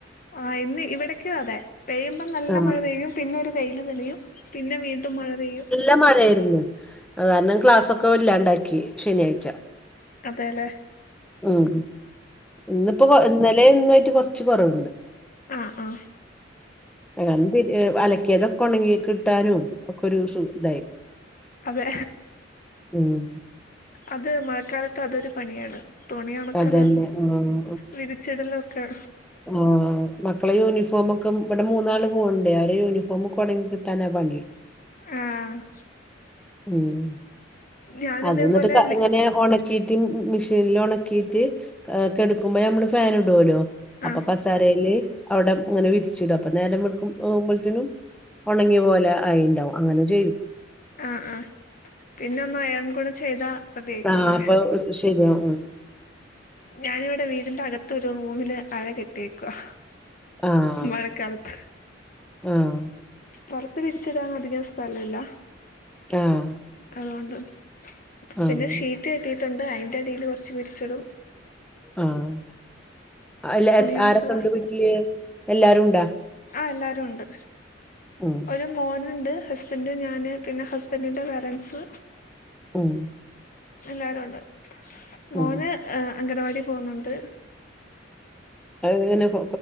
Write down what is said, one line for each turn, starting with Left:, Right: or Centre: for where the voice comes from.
Left: ആഹ് ഇന്ന് ഇവിടേക്കു അതെ പെയ്യുമ്പോ നല്ല
Centre: ആഹ്
Left: മഴ പെയ്യും. പിന്നെ ഒരു വെയില് തെളിയും പിന്നെ വീണ്ടും മഴ പെയ്യും.
Centre: ല്ല മഴായിരുന്നു. അത് കാരണം ക്ലാസ്സൊക്കെ ഇല്ലാണ്ടാക്കി ശനിയാഴ്ച
Left: അതെ ല്ലേ.
Centre: ഉം ഇന്നിപ്പോ ഇന്നലേം ഇന്നായിട്ട് കൊറച്ച് കൊറവുണ്ട്
Left: ആഹ് ആഹ്
Centre: ഏതായാലും തിരി അലക്ക്യതൊക്കെ ഒണങ്ങി കിട്ടാനും ഒക്കെ ഒരു സുഖ ഇതായി
Left: അതെ
Centre: ഉം
Left: അത് മഴക്കാലത്ത് അതൊരു പണിയാണ്. തുണി ഒണക്കലും
Centre: അതന്നെ ആഹ്
Left: വിരിച്ചിടലൊക്കെ
Centre: ഓഹ് ആ മക്കളെ യൂണിഫോമ് ഒക്കെ ഇവിടെ മൂന്നാള് പോക്ണ്ടേ അവര് യൂണിഫോമ് ഒക്കെ ഒണങ്ങി കിട്ടാനാ പണി
Left: ആഹ്
Centre: ഉം
Left: ഞാന്
Centre: അത്
Left: ഇതേപോലെ
Centre: ന്നിട്ട് ക
Left: വി
Centre: ഇങ്ങനെ ഒണക്കി ക്കീട്ട് മിഷീനിൽ ഉണക്കീട്ട് കെടുക്കുമ്പോ നമ്മള് ഫാന് ഇടൊല്ലോ. അപ്പൊ
Left: ആഹ്
Centre: കസാരയില് അവിടെ ങ്ങനെ വിരിച്ചുടും. അപ്പൊ നേരും വേൾക്കും പോകുമ്പോത്തിനും. ഒണങ്ങി പോലെ അയിണ്ടാവും അങ്ങനെ ചെയ്തു
Left: ആഹ് ആഹ് പിന്നെ ഒന്ന് അയൺ കൂടെ ചെയ്താ റെഡി ആയിക്കോളൂല്ലേ
Centre: ആഹ് അപ്പൊ ശരിയാ ഉം.
Left: ഞാനിവിടെ വീടിന്റെ അകത്ത് ഒരു റൂമില് അഴ കെട്ടിയേക്കുവാ
Centre: ആഹ്
Left: മഴക്കാലത്ത്.
Centre: ആഹ്
Left: പൊറത്ത് വിരിച്ചിടാൻ അധികം സ്ഥലവില്ല
Centre: ആഹ്
Left: അതോണ്ട്.
Centre: ആഹ്
Left: പിന്നെ ഷീറ്റ് കെട്ടിയിട്ടുണ്ട്. അതിന്റെ അടീല് കു ച്ച് പെരിച്ചിടും
Centre: ആഹ് എല്ല
Left: ഒണക്കല
Centre: ആരൊക്കെ ഉണ്ട് വീട്ടില് എല്ലാരുണ്ടാ
Left: ആഹ് എല്ലാരും ഉണ്ട്
Centre: ഉം
Left: ഒരു മോനുണ്ട് ഹസ്ബൻഡ്, ഞാന് പിന്നെ ഹസ്ബൻഡിന്റെ പേരൻറ്സ്.
Centre: ഉം
Left: എല്ലാരു ഉണ്ട് മോന്
Centre: ഉം
Left: അംഗനവാടി പോന്നുണ്ട്
Centre: അങ്ങനെ കൊ